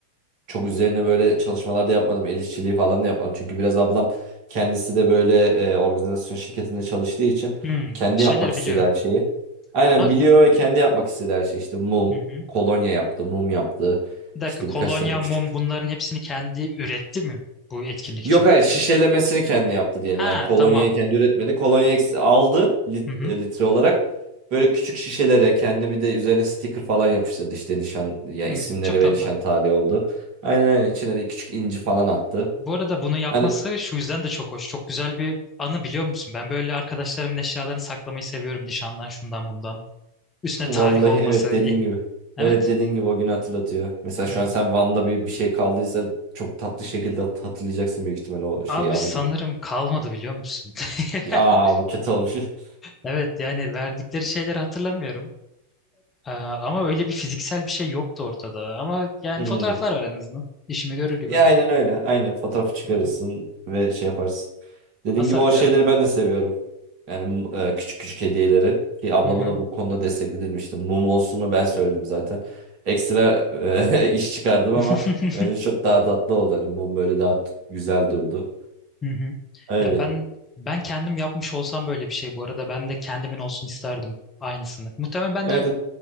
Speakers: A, on the right; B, on the left.
A: çok üzerine böyle çalışmalar da yapmadım el işçiliği falan da yapmadım çünkü biraz ablam kendisi de böyle e, organizasyon şirketinde çalıştığı için
B: Hmm,
A: kendi
B: bir şeyler
A: yapmak istediği
B: biliyor.
A: her şeyi aynen
B: Makul.
A: biliyor ve kendi yapmak istediği her şey işte mum
B: Hı hı.
A: kolonya yaptı mum yaptı
B: Bir dakika.
A: işte
B: Kolonya,
A: birkaç tane küçük
B: mum bunların hepsini kendi üretti mi bu etkinlik
A: Yok
B: için?
A: hayır şişelemesini kendi yaptı diyelim.
B: Ha
A: Yani kolonyayı
B: tamam.
A: kendi üretmedi. Kolonyayı eks- aldı lit-
B: Hı hı.
A: e, litre olarak. Böyle küçük şişelere kendi bir de üzerine sticker falan yapıştırdı işte nişan ya
B: Hmm,
A: isimleri
B: çok tatlı.
A: ve nişan tarihi oldu. Aynen aynen içine de küçük inci falan attı.
B: Bu arada bunu yapması
A: Hani
B: şu yüzden de çok hoş. Çok güzel bir anı biliyor musun? Ben böyle arkadaşlarımın eşyalarını saklamayı seviyorum. Nişandan şundan bundan. Üstüne
A: vallahi
B: tarih olması.
A: evet
B: e-
A: dediğin gibi.
B: Evet.
A: Evet dediğin gibi o günü hatırlatıyor. Mesela şu
B: Hı hı.
A: an sen Van'da bir, bir şey kaldıysa çok tatlı şekilde hat- hatırlayacaksın büyük ihtimalle o şeyi
B: Abi
A: anıyı.
B: sanırım kalmadı biliyor musun? <laughs>
A: Aa bu kötü olmuş. <laughs>
B: Evet yani verdikleri şeyleri hatırlamıyorum. Ee, ama öyle bir fiziksel bir şey yoktu ortada. Ama yani
A: Hmm.
B: fotoğraflar var en azından. İşimi görür gibi.
A: Ya aynen öyle. Aynen fotoğrafı çıkarırsın
B: Hı hı.
A: ve şey yaparsın. Dediğim
B: Asarım
A: gibi o şeyleri
B: bir yerlere.
A: ben de seviyorum. Yani e, küçük küçük hediyeleri. Ki ablama
B: Hı hı.
A: da bu konuda destekledilmişti. Mum olsunu ben söyledim zaten. Ekstra e, <laughs> iş çıkardım ama
B: <laughs>
A: bence çok daha tatlı oldu. Hani mum böyle daha t- güzel durdu.
B: Hı hı.
A: Öyle.
B: Ya ben ben kendim yapmış olsam böyle bir şey bu arada ben de kendimin olsun isterdim aynısını. Muhtemelen ben
A: Evet.
B: de
A: Evet,